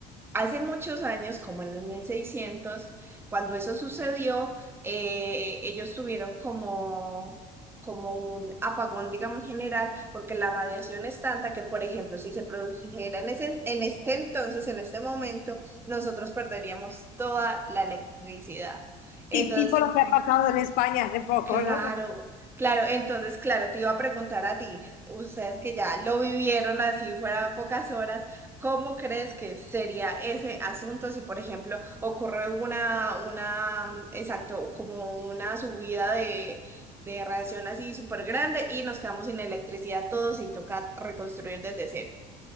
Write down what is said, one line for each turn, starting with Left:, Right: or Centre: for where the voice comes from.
Right: Hace muchos años, como en el 1600, cuando eso sucedió, eh, ellos tuvieron como, como un apagón, digamos, general, porque la radiación es tanta que, por ejemplo, si se produjera en ese, en este entonces, en este momento, nosotros perderíamos toda la electricidad. Entonces,
Left: sí, tipo lo que ha pasado en España hace poco,
Right: Claro,
Left: ¿no?
Right: claro, entonces, claro, te iba a preguntar a ti, ustedes que ya lo vivieron así fuera pocas horas, ¿cómo crees que sería ese asunto si, por ejemplo, ocurre una, una, mm, exacto, como una subida de, de radiación así súper grande y nos quedamos sin electricidad todos y toca reconstruir desde cero?